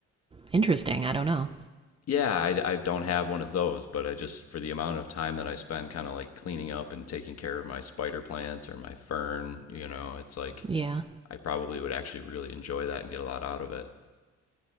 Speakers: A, on the right (about 20°); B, on the left (about 55°).
A: Interesting. I don't know.
B: yeah, I, I don't have one of those, but I just for the amount of time that I spend kind of like cleaning up and taking care of my spider plants or my fern, you know, it's like
A: Yeah.
B: I probably would actually really enjoy that and get a lot out of it.